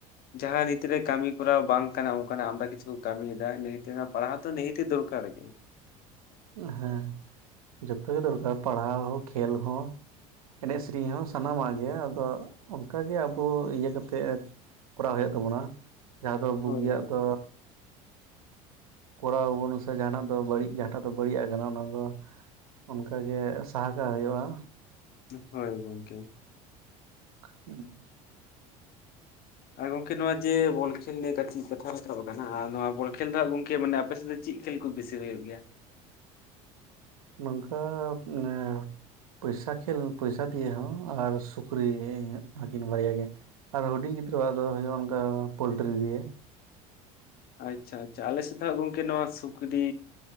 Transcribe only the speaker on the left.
ᱡᱟᱦᱟ ᱱᱤᱛ ᱨᱮ ᱠᱟᱹᱢᱤ ᱠᱚᱨᱟᱣ ᱵᱟᱝ ᱠᱟᱱᱟ ᱚᱱᱠᱟᱱᱟᱜ ᱟᱢᱫᱟ ᱠᱤᱪᱷᱩ ᱠᱚ ᱠᱟᱹᱢᱤ ᱭᱮᱫᱟ ᱞᱟᱹᱭ ᱠᱮᱭᱟᱢ ᱯᱟᱲᱦᱟᱣ ᱛᱚ ᱱᱤᱦᱟᱹᱛᱤ ᱫᱚᱨᱠᱟᱨ ᱜᱮ
ᱦᱳᱭ ᱜᱚᱝᱠᱮ
ᱦᱚᱭ ᱜᱚᱝᱠᱮ
ᱟᱨ ᱜᱚᱝᱠᱮ ᱱᱚᱶᱟ ᱡᱮ ᱵᱚᱞ ᱠᱷᱮᱞ ᱞᱮ ᱠᱟᱹᱴᱤᱡ ᱠᱟᱛᱷᱟ ᱨᱟᱠᱟᱵ ᱟᱠᱟᱱᱟ ᱟᱨ ᱱᱚᱶᱟ ᱵᱚᱞ ᱠᱷᱮᱞ ᱫᱚ ᱦᱟᱸᱜ ᱜᱚᱝᱠᱮ ᱢᱟᱱᱮ ᱟᱯᱮᱥᱮᱫ ᱫᱚ ᱪᱮᱫ ᱠᱷᱮᱞ ᱠᱚ ᱵᱮᱥᱤ ᱦᱩᱭᱩᱜ ᱜᱮᱭᱟ
ᱟᱪᱪᱷᱟ ᱟᱪᱪᱷᱟ ᱟᱞᱮ ᱥᱮᱫ ᱫᱚ ᱦᱟᱸᱜ ᱜᱚᱝᱠᱮ ᱱᱚᱶᱟ ᱥᱩᱠᱨᱤ